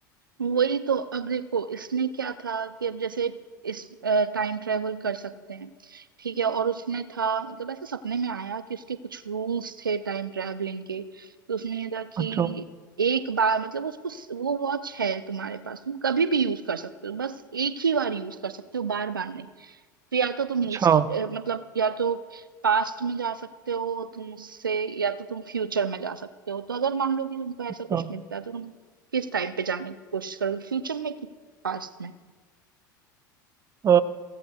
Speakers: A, on the right; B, on the right.
A: वही तो अब देखो इसमें क्या था कि अब जैसे इस टाइम ट्रेवल कर सकते हैं ठीक है और उसमें था मतलब ऐसे सपने में आया कि उसके कुछ रूल्स थे टाइम ट्रैवलिंग के तो उसमें ये था कि
B: अच्छा
A: एक बार मतलब उसको वो वॉच है तुम्हारे पास तुम कभी भी यूज कर सकते हो बस एक ही बार यूज कर सकते हो बार बार नहीं तो या तो तुम हिस्ट्री
B: अच्छा
A: मतलब या तो पास्ट में जा सकते हो तुम उससे या तो तुम फ्यूचर में जा सकते हो तो अगर मान लो कि तुमको ऐसा
B: अच्छा
A: कुछ मिलता है तो तुम किस टाइम पे जाने की कोशिश करोगे फ्यूचर में कि पास्ट में
B: अ,